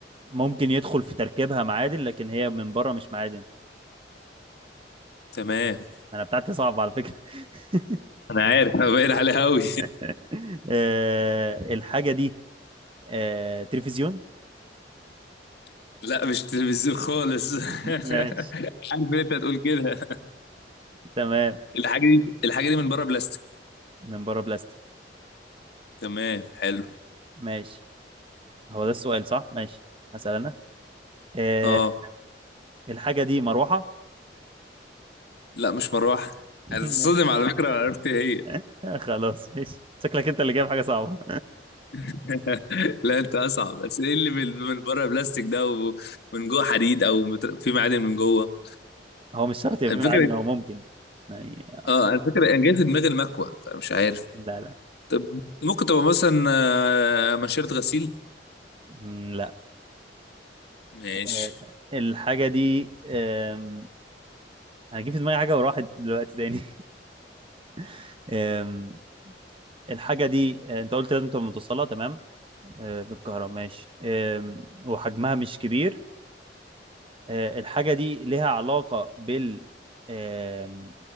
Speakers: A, on the right; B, on the left.
A: ممكن يدخل في تركيبها معادن لكن هي من بره مش معادن
B: تمام
A: أنا بتاعتي صعبة على فكرة <laughs>
B: أنا عارف أنا باين عليها أوي
A: <laughs> آه، الحاجة دي آه، تلفزيون
B: <laughs> لا مش تلفزيون خالص <laughs>
A: ماشي
B: عارف إن أنت هتقول كده
A: تمام
B: الحاجة دي الحاجة دي من بره بلاستيك
A: من بره بلاستيك
B: تمام حلو
A: ماشي هو ده السؤال صح ماشي هسأل أنا آه،
B: أه
A: الحاجة دي مروحة
B: لا مش مروحة
A: <laughs>
B: هتتصدم
A: ماشي
B: على فكرة لو عرفت هي
A: <laughs> خلاص ماشي شكلك أنت اللي جايب حاجة صعبة
B: <laughs> لا أنت أصعب بس إيه اللي من من بره بلاستيك ده ومن جوه حديد أو مت- في معادن من جوه
A: هو مش شرط يبقى
B: الفكرة
A: في معادن هو ممكن يعني
B: أه الفكرة أنا جاي في دماغي المكوة فمش عارف
A: لا لا
B: طب ممكن تبقى مثلا آه، منشرة غسيل
A: مم، لا
B: ماشي
A: آه، الحاجة دي آم، أنا جه في دماغي حاجة وراحت دلوقتي تاني <laughs> آم، الحاجة دي آه، أنت قلت لازم تبقى متوصلة تمام آه، بالكهرباء ماشي آم، وحجمها مش كبير آه، الحاجة دي لها علاقة بال آم،